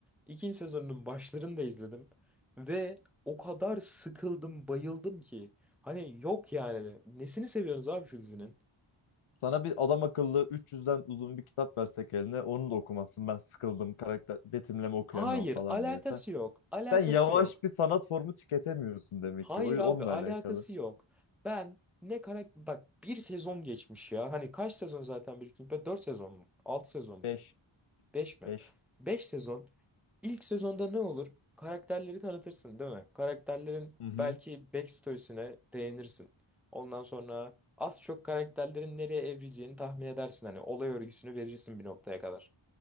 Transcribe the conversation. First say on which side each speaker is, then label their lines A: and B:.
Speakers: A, in the centre; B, on the left.
A: İkinci sezonunun başlarını da izledim. Ve o kadar sıkıldım, bayıldım ki. Hani yok yani. Nesini seviyorsunuz abi şu dizinin?
B: sana bir adam akıllı 300'den uzun bir kitap versek eline onu da okumazsın. Ben sıkıldım karakter betimleme okuyamıyorum
A: Hayır,
B: falan
A: alakası
B: diyese.
A: yok. Alakası
B: Sen sen yavaş
A: yok.
B: bir sanat formu tüketemiyorsun demek
A: Hayır
B: ki. O
A: abi,
B: onunla
A: alakası
B: alakalı.
A: yok. Ben ne karakter... Bak bir sezon geçmiş ya. Hani kaç sezon zaten Breaking Bad? dört sezon mu? 6 sezon mu?
B: Beş
A: 5 mi?
B: beş.
A: 5 sezon. İlk sezonda ne olur? Karakterleri tanıtırsın, değil mi? Karakterlerin
B: Hı hı.
A: belki backstory'sine değinirsin. Ondan sonra az çok karakterlerin nereye evrileceğini tahmin edersin. Hani olay örgüsünü verirsin bir noktaya kadar.